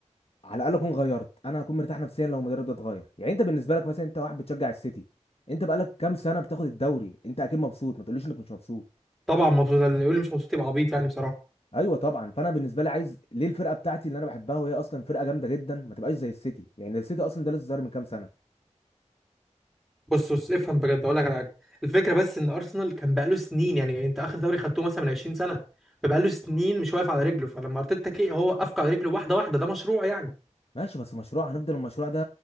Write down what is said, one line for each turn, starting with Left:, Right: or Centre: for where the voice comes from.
Left: على الاقل اكون غيرت انا هكون مرتاح نفسيا لو المدرب ده اتغير يعني انت بالنسبه لك مثلا انت واحد بتشجع السيتي انت بقالك كام سنه بتاخد الدوري انت اكيد مبسوط ما تقوليش انك مش مبسوط
Centre: طبعا مبسوط اللي يقول لي مش مبسوط يبقى عبيط يعني بصراحه
Left: ايوه طبعا فانا بالنسبه لي عايز ليه الفرقه بتاعتي اللي انا بحبها وهي اصلا فرقه جامده جدا ما تبقاش زي السيتي يعني السيتي اصلا ده لسه ظاهر من كام سنه
Centre: بص بص افهم بجد اقول لك على حاجه الفكره بس ان ارسنال كان بقاله سنين يعني انت اخر دوري خدته مثلا من 20 سنه فبقاله سنين مش واقف على رجله فلما ارتيتا كي هو وقفك على رجله واحده واحده ده مشروع يعني
Left: ماشي بس مشروع هنفضل المشروع ده